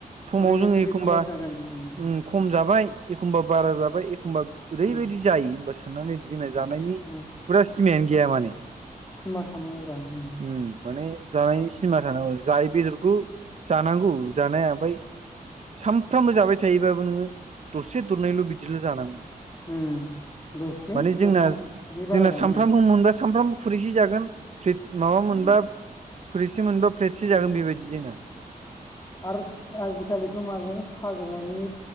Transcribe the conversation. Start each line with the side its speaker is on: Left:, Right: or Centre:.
Right: समाव
Left: खुरैनै
Right: जोङो
Left: खुरैथामबाबो
Right: एखमबा
Left: जागोन उम
Right: ओम खम जाबाय एखमबा बारा जाबाय एखमबा ओरैबायदि
Left: उम
Right: जायो होनबा सानना नायदो जोंना जानायनि
Left: उम
Right: फुरा सिमायानो गैया माने।
Left: सिमा थानांगौब्रा ओम
Right: उम माने जानायनि सिमा थानांगौ जाय बेदरखौ जानांगौ जानाया ओमफ्राय सानफ्रामबो जाबाय थायोबाबो नोङो दरसे दरनैल' बिदिल' जानांगौ
Left: उम दरनै
Right: माने जोंना
Left: दरथाम बिनि बारा
Right: जोंना
Left: जानो
Right: सानफ्रामबो मोनबा सानफ्रामबो खुरैसे जागोन प्लेट
Left: नाङा
Right: माबा मोनबा खुरैसे मोनबा फ्लेटसे जागोन
Left: उम
Right: बेबायदि जोंना।
Left: आरो आजिखालिथ' माजों साजों मानि